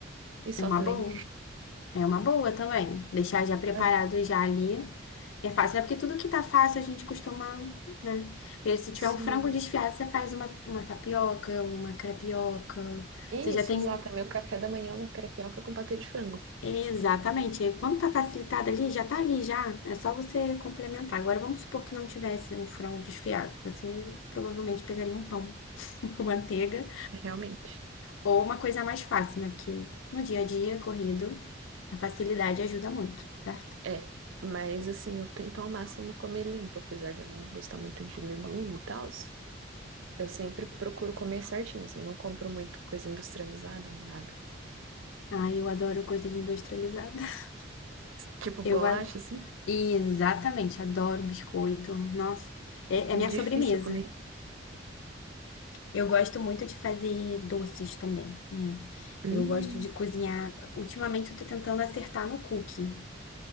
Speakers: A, on the right (about 85°); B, on the left (about 75°).
A: e só
B: É uma
A: também.
B: boa. É uma boa também. Deixar já preparado
A: Aham.
B: já ali. É fácil, né? Porque tudo que tá fácil a gente costuma, né? Porque se tiver
A: Sim.
B: um frango desfiado, você faz uma, uma tapioca, uma crepioca.
A: Isso,
B: Você já tem.
A: exato. Meu café da manhã é uma crepioca com patê de frango.
B: Exatamente. E Quando tá facilitado ali, já tá ali, já. É só você complementar. Agora, vamos supor que não tivesse um frango desfiado. Você provavelmente pegaria um pão <laughs> com manteiga
A: Realmente.
B: ou uma coisa mais fácil, né? Porque no dia a dia, corrido, a facilidade ajuda muito, certo?
A: É. Mas assim, eu tento ao máximo comer limpo, apesar de eu não gostar muito de legume e tal. Eu sempre procuro comer certinho, assim, não compro muito coisa industrializada nem nada.
B: Ai, eu adoro coisa de industrializada. <laughs>
A: Tipo
B: Eu
A: bolacha,
B: a-
A: assim,
B: e exatamente, adoro biscoito. Nossa, é, é
A: é
B: minha
A: difícil
B: sobremesa.
A: comer.
B: Eu gosto muito de fazer doces também, né?
A: Hum.
B: Eu gosto de cozinhar. Ultimamente eu tô tentando acertar no cookie.